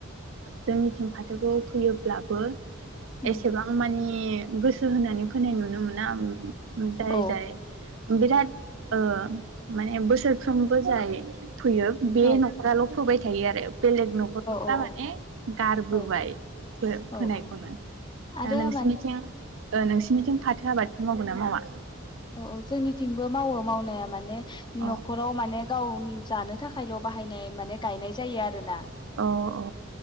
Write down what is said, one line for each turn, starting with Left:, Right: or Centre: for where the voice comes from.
Right: जोंनिथिं फाथोखौ फैयोब्लाबो
Left: उम
Right: एसेबां मानि नि गोस गोसो होनानै फोननाय नुनो मोना जाय
Left: औ
Right: जाय बिराद ओ माने बोसोरफ्रोमबो जायो फोयो बे
Left: औ
Right: न'खराल' फोबाय था थायो आरो बेलेग न'खरफ्रा
Left: औ
Right: माने गारबोबाय
Left: औ
Right: फो
Left: औ
Right: फोनायखौनो
Left: औ
Right: दा
Left: आरो
Right: नोंसोरनिथिं
Left: माने
Right: नोंसोरनिथिं फाथो आबादखौ मावगोना मावा
Left: अ औ जोंनिथिंबो मावो मावनाया माने
Right: अ
Left: न'खराव माने गावनि जानो थाखायल' बाहायनाय माने गायनाय जायो आरोना
Right: औ औ